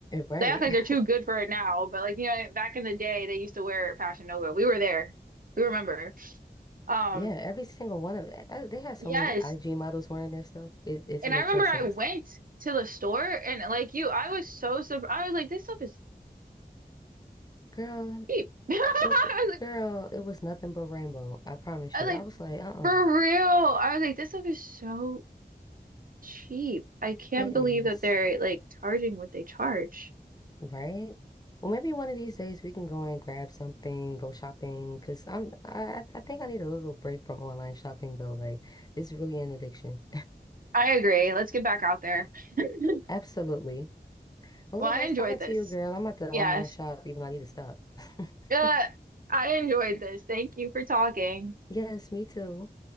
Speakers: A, on the left; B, on the right.
A: right.
B: They act like
A: <laughs>
B: they're too good for it now, but like you know back in the day they used to wear Fashion Nova. We were there, we remember. Um.
A: Yeah, every single one of that. I, they had so
B: Yes,
A: many IG models wearing their stuff. It, it
B: And
A: makes
B: I remember
A: no sense.
B: I went to the store and like you, I was so surprised. I was like, this stuff is
A: Girl,
B: cheap. <laughs> I
A: it
B: was
A: girl,
B: like,
A: it was nothing but rainbow. I promise
B: I
A: you.
B: was like,
A: I was like, uh-uh,
B: for real. I was like, this stuff is so cheap. I can't
A: it
B: believe
A: is.
B: that they're like charging what they charge.
A: Right? Well, maybe one of these days we can go and grab something, go shopping, because I'm I, I I think I need a little break from online shopping though. Like it's really an addiction.
B: I agree. Let's get back out there. <laughs>
A: <laughs> Absolutely. Well,
B: Well,
A: it was
B: I
A: nice
B: enjoyed
A: talking to
B: this.
A: you, girl. I'm about to
B: Yes.
A: online shop, even though I need to stop. <laughs>
B: Uh, I enjoyed this. Thank you for talking.
A: Yes, me too.